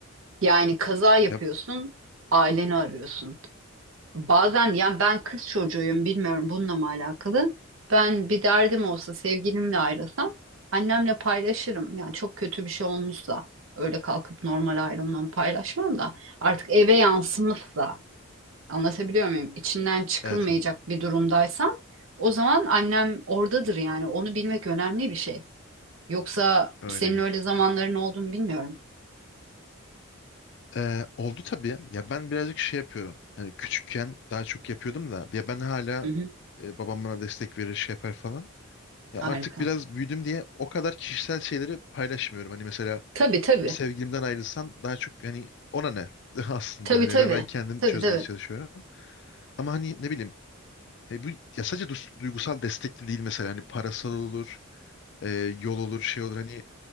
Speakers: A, on the right; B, on the left.
A: Yani kaza yapıyorsun,
B: Yap,
A: aileni arıyorsun. Bazen yani ben kız çocuğuyum, bilmiyorum bununla mı alakalı. Ben bir derdim olsa sevgilimle ayrılsam annemle paylaşırım. Yani çok kötü bir şey olmuşsa öyle kalkıp normal ayrılmamı paylaşmam da artık eve yansımışsa Anlatabiliyor muyum? İçinden çıkılmayacak
B: evet, evet.
A: bir durumdaysam o zaman annem oradadır yani. Onu bilmek önemli bir şey. Yoksa
B: Öyle
A: senin
B: gerçekten.
A: öyle zamanların olduğunu bilmiyorum.
B: Ee, oldu tabii. Ya ben birazcık şey yapıyorum. Hani küçükken daha çok yapıyordum da. Ya ben hala
A: Hı hı,
B: e, babam bana destek verir şey yapar falan. Ya
A: harika.
B: artık biraz büyüdüm diye o kadar kişisel şeyleri paylaşmıyorum. Hani mesela
A: Tabii tabii.
B: sevgilimden ayrılsam daha çok hani ona ne <laughs> aslında
A: Tabii
B: hani
A: tabii.
B: ben, ben kendim
A: Tabii
B: çözmeye
A: tabii.
B: çalışıyorum. Ama hani ne bileyim hani bu ya sadece dus- duygusal destek de değil mesela hani parasal olur, e, yol olur, şey olur hani